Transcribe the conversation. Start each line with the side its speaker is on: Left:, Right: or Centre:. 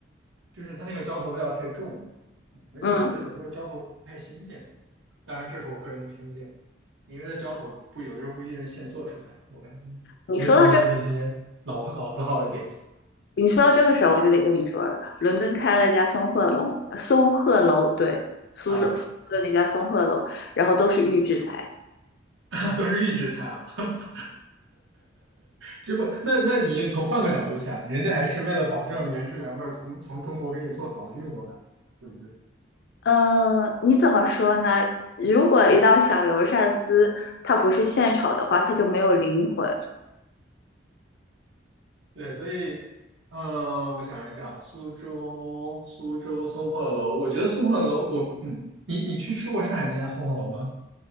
Right: 就是它那个浇头味道太重了而且我觉得有时候浇头不太新鲜，
Left: 嗯，
Right: 当然这是我个人的偏见，因为的浇头不有的时候不一定是现做出来，我感觉，
Left: 你说到这个
Right: 尤其是那些一些老牌老字号的店
Left: 你说到这个时候，我就得跟你说了，伦敦开了一家松鹤楼，松鹤楼，对，苏州苏州的那家松鹤楼，
Right: 啊，
Left: 然后都是预制菜。
Right: <laughs> 都是预制菜啊。<laughs> 其实不，那那你从换个角度想，人家还是为了保证原汁原味儿从从中国给你做好了运过来，对不对？
Left: 呃，你怎么说呢？如果一道小油鳝丝它不是现炒的话，它就没有灵魂。
Right: 对，所以，呃，我想一想，苏州苏州松鹤楼，我觉得松鹤楼，我嗯，你你去吃过上海那家松鹤楼吗？